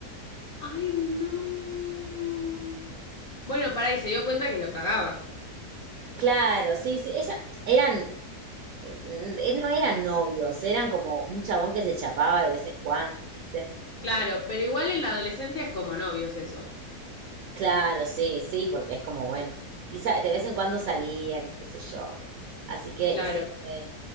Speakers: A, on the left; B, on the right.
A: ay, no. Bueno, pará, y se dio cuenta que lo cagaba.
B: Claro, sí, sí. Ella, eran, eh, no eran novios, eran como un chabón que se chapaba de vez en cuando, ¿viste?
A: Claro, pero igual en la adolescencia es como novios eso.
B: Claro, sí, sí, porque es como, bueno, y sa- de vez en cuando salían y qué sé yo. Así que
A: Claro.
B: ese fue